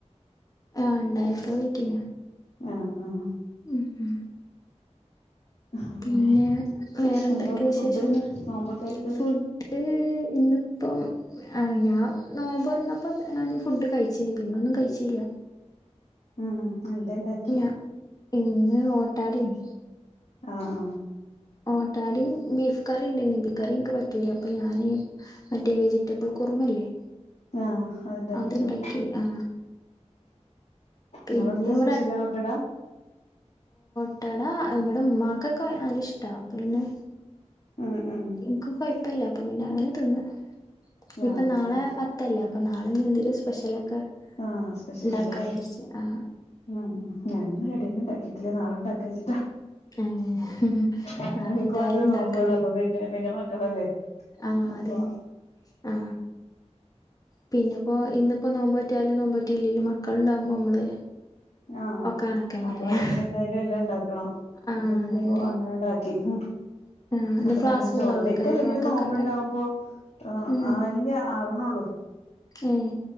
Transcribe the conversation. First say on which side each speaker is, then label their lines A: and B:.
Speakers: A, on the left; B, on the left.
A: ആഹ ഉണ്ടായി പോയിക്കണ
B: ആഹ് ആഹ
A: ഉം ഉം
B: അങ്ങനെ
A: പിന്നെ വേറെന്തൊക്കെ
B: എന്താന്ന്
A: വിശേഷങ്ങ
B: ഫുഡ് നോമ്പൊക്കെ ആയിട്ട്
A: ഫുഡ് ഇന്നിപ്പം ഞാൻ നോമ്പറന്ന പ്പൊ ഞാൻീ ഫുഡ് കഴിച്ചിന് പിന്നൊന്നും കഴിച്ചില്ല
B: ഉം എന്താ ഇണ്ടാക്കി
A: <inaudible> ഇന്ന് ഓട്ടാടയും
B: ആ ആ
A: ഓട്ടാടും ബീഫ് കറി <unintelligible> കറി എനിക്ക് പറ്റൂല അപ്പൊ ഞാന് മറ്റേ വെജിറ്റബിൾ കുറുമല്ലേ
B: ആഹ അത്ണ്ടാക്കിണ്ടാവും
A: അത്ണ്ടാക്കി ആ പിന്നെ
B: നിങ്ങളടുത്തെ
A: ഇവിടെ
B: സ്പെഷ്യല ഓട്ടടാ
A: <unintelligible> ഇവടെ ഉമ്മാക്കൊക്കെ നല്ല ഇഷ്ടാ അപ്പ പിന്നെ
B: ഉം ഉം
A: എനിക്ക്ും കുഴപ്പില്ല അപ്പൊ പിന്നെ അങ്ങനെ തിന്ന്
B: ആ
A: ഇപ്പൊ നാളെ
B: ശരി
A: പത്തല്ലേ അപ്പൊ നാളെ എന്തേും സ്പെഷ്യലൊക്കെ
B: ആ സ്പെഷ്യൽ
A: ഉണ്ടാക്കാ
B: ഉണ്ടും
A: വിചാരിച്ച് ആ
B: ഉ ഞാനൊ <inaudible> ഉണ്ടാക്കിട്ടില്ല നാളെണ്ടാക്കാ്
A: ആ ഏഹ്
B: അ
A: നാളെ
B: എനിക്ക്
A: എന്തായാലും
B: മാത്രമേ
A: ഉണ്ടാക്കണേ
B: നോമ്പോള്ളൂ അപ്പൊ പിന്നെ പിന്നെ മക്കളല്ലേ
A: ആ
B: അപ്പൊ
A: അതെ ആ പിന്നെപ്പോൊ ഇന്ന് ഇപ്പ നോമ്പോറ്റാലും നോബോറ്റിലേലും മക്കളുണ്ടാവുമ്പോ നമ്മള്
B: ആഹ
A: ഒക്കെ കണക്കന്നെ
B: അപ്പൊ
A: അറിയാ
B: അവർക്ക് എന്തായാലും എല്ലാം ഉണ്ടാക്കണം
A: ആ
B: പിന്നെപ്പോ
A: അതന്നെ
B: അങ്ങനെണ്ടാക്കി <inaudible>
A: <inaudible>
B: അപ്പൊ ഞാനും ചോറന്ന
A: ഉണ്ടാവേക്കാരല്ലേ
B: ഇക്കല്ലെങ്കിലും
A: മക്കൾക്കൊക്കെ
B: നോമ്പണ്ടാവുമ്പോ ആ
A: ഉം
B: ആ അല്ല ആവണള്ളൂ
A: ഏഹ്